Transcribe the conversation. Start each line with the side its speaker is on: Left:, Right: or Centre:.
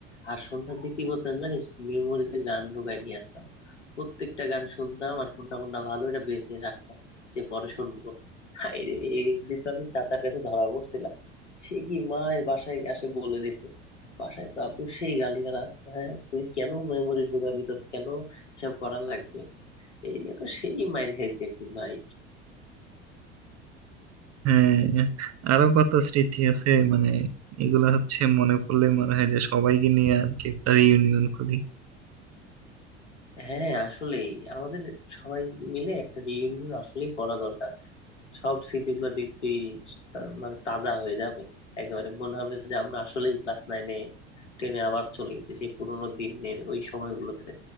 Left: আর সন্ধ্যার দিকে কি করতাম জানিস মেমোরিতে গান ঢুকায় নিয়ে আসতাম প্রত্যেকটা গান শুনতাম আর কোনটা কোনটা ভালো এটা বেছে রাখতাম যে পরে শুনবো হায় রে একদিন তো আমি চাচার কাছে ধরা পড়ছিলাম সে কি মায়ের বাসায় আসে বলে দিছে বাসায় তো আপু সেই গালিগালাজ হ্যাঁ তুই কেন মেমোরি ঢুকাবি তোর কেন সব করা লাগবে এই নিয়ে তো সেই মায়ের খাইছে একদিন ভাই
Right: হ্যাঁ আরো কত স্মৃতি আছে মানে এগুলা হচ্ছে মনে পড়লে মনে হয় যে সবাইকে নিয়ে আর কি একটা রিউনিয়ন করি
Left: হ্যাঁ আসলে আমাদের সবাই মিলে একটা রিইউনিয়ন আসলেই করা দরকার সব স্মৃতিগুলো দেখবি তা- মানে তাজা হয়ে যাবে একেবারে মনে হবে যে আমরা আসলেই ক্লাস নাইনে টেনে আবার চলে গেছি সেই পুরোনো দিনের ওই সময়গুলোতে